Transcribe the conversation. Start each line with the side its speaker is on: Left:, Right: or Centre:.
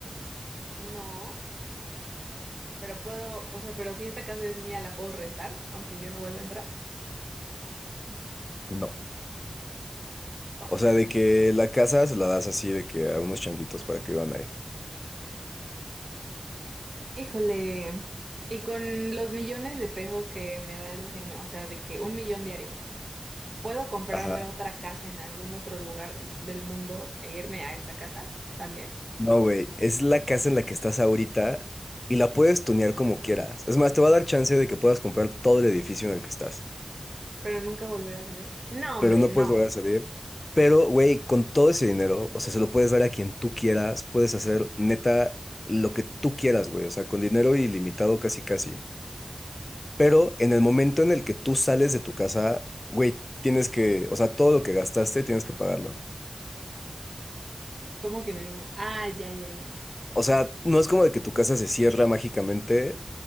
Right: No, pero puedo, o sea, pero si esta casa es mía, la puedo rentar, aunque yo no vuelva a entrar.
Left: No.
Right: Fuck.
Left: O sea, de que la casa se la das así de que a unos changuitos para que vivan ahí.
Right: Híjole. Y con los millones de pesos que me da el genio, o sea, de que un millón diario. ¿Puedo comprarme
Left: Ajá.
Right: otra casa en algún otro lugar del mundo e irme a esa casa también?
Left: No, güey. Es la casa en la que estás ahorita y la puedes tunear como quieras. Es más, te va a dar chance de que puedas comprar todo el edificio en el que estás.
Right: Pero nunca volver a saber. No,
Left: pero
Right: hombre,
Left: no
Right: no.
Left: puedes volver a salir. Pero, güey, con todo ese dinero, o sea, se lo puedes dar a quien tú quieras, puedes hacer neta lo que tú quieras, güey, o sea, con dinero ilimitado casi casi. Pero en el momento en el que tú sales de tu casa, güey, tienes que, o sea, todo lo que gastaste tienes que pagarlo.
Right: ¿Cómo que en el mu- Ah, ya, ya, ya.
Left: O sea, no es como de que tu casa se cierra mágicamente,